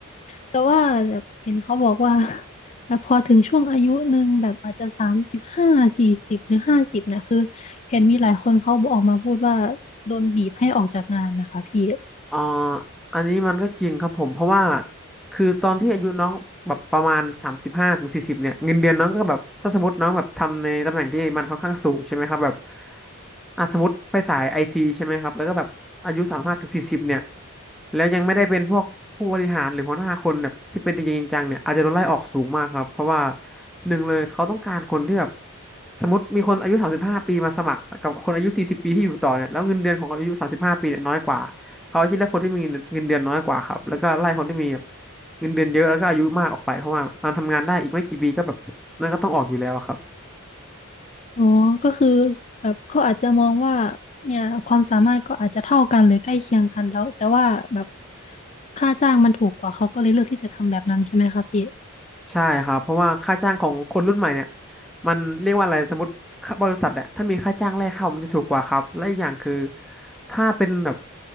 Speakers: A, on the left; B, in the centre.
A: แต่ว่าแบบเห็นเขาบอกว่า <laughs> แต่พอถึงช่วงอายุหนึ่งแบบอาจจะสามสิบห้าสี่สิบหรือห้าสิบเนี่ยคือเห็นมีหลายคนเขาออกมาพูดว่าโดนบีบให้ออกจากงานนะคะพี่
B: อ่าอันนี้มันก็จริงครับผมเพราะว่าคือตอนที่อายุน้องแบบประมาณสามสิบห้าถึงสี่สิบเนี่ยเงินเดือนน้องก็แบบถ้าสมมติน้องแบบทำในตำแหน่งที่มันค่อนข้างสูงใช่ไหมครับแบบอ่ะสมมติไปสายไอทีใช่ไหมครับแล้วก็แบบอายุสามห้าถึงสี่สิบเนี่ยแล้วยังไม่ได้เป็นพวกผู้บริหารหรือหัวหน้าคนแบบที่เป็นจริงๆจังๆเนี่ยอาจจะโดนไล่ออกสูงมากครับเพราะว่าหนึ่งเลยเขาต้องการคนที่แบบสมมติมีคนอายุสามสิบห้าปีมาสมัครกับคนอายุสี่สิบปีที่อยู่ต่อเนี่ยแล้วเงินเดือนของคนอายุสามสิบห้าปีเนี่ยน้อยกว่า เขาคิดเลือกคนที่มีเงินเดือนน้อยกว่าครับแล้วก็ไล่คนที่มีแบบเงินเดือนเยอะแล้วก็อายุมากออกไปเพราะว่ามันทำงานได้อีกไม่กี่ปีก็แบบนั่นก็ต้องออกอยู่แล้วครับ
A: อ๋อก็คือแบบเขาอาจจะมองว่าเนี่ยความสามารถก็อาจจะเท่ากันหรือใกล้เคียงกันแล้วแต่ว่าแบบค่าจ้างมันถูกกว่าเขาก็เลยเลือกที่จะทำแบบนั้นใช่ไหมคะพี่
B: ใช่ครับเพราะว่าค่าจ้างของคนรุ่นใหม่เนี่ยมันเรียกว่าอะไรสมมติค่าบริษัทอะถ้ามีค่าจ้างแรกเข้ามันจะถูกกว่าครับและอีกอย่างคือถ้าเป็นแบบ